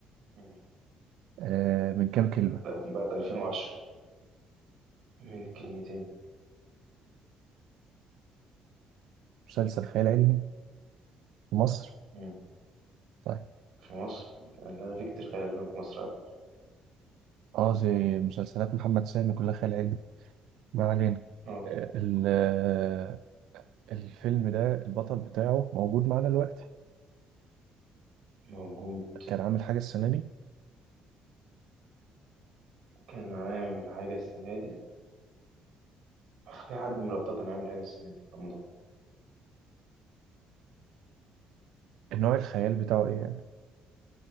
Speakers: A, on the right (about 60°); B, on the right (about 80°).
A: مم.
B: آه من كام كلمة
A: بعد بعد 2010 من كلمتين
B: مسلسل خيال علمي في مصر
A: مم.
B: طيب
A: في مصر لأن أنا في كتير خيال علمي في مصر على فكرة
B: اه زي مسلسلات محمد سامي كلها خيال علمي ما علينا
A: اه.
B: آه ال- آه، الفيلم ده البطل بتاعه موجود معانا دلوقتي
A: موجود
B: كان عامل حاجة السنة دي
A: كان عامل حاجة السنة دي في حد من الأبطال كان عامل حاجة السنة دي في رمضان
B: النوع الخيال بتاعه ايه يعني